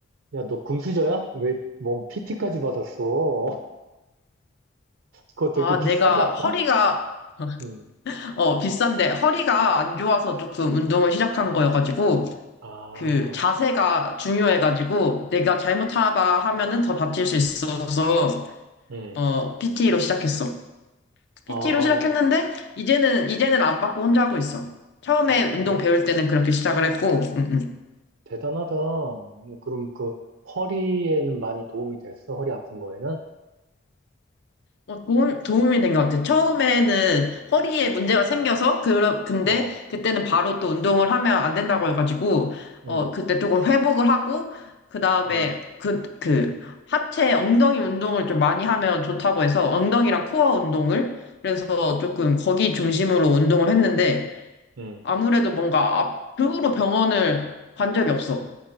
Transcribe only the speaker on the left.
아,
내가
허리가, <laughs>
어, 비싼데 허리가 안 좋아서 조금 운동을 시작한 거여가지고,
그 자세가
중요해가지고, 내가 잘못하다 하면은 더 다칠 수 있어서,
어, PT로 시작했어.
PT로 시작했는데, 이제는, 이제는 안 받고 혼자 하고 있어. 처음에
운동 배울 때는 그렇게 시작을 했고, 음, 음.
어, 도움, 도움이 된 것 같아요. 처음에는 허리에 문제가 생겨서, 그런, 근데
그때는 바로 또 운동을 하면 안 된다고 해가지고,
어, 그때 조금 회복을 하고, 그 다음에
그, 그, 하체 엉덩이 운동을 좀 많이 하면 좋다고 해서, 엉덩이랑 코어 운동을, 그래서 조금 거기 중심으로 운동을 했는데,
아무래도 뭔가 앞, 그 후로 병원을 간 적이 없어.